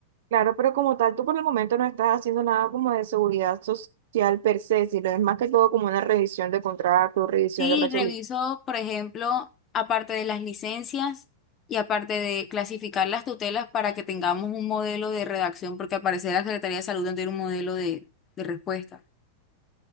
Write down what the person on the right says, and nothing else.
Claro, pero como tal, tú por el momento no estás haciendo nada como de seguridad social per se, sino es más que todo como una revisión de contrato, revisión
de resolución.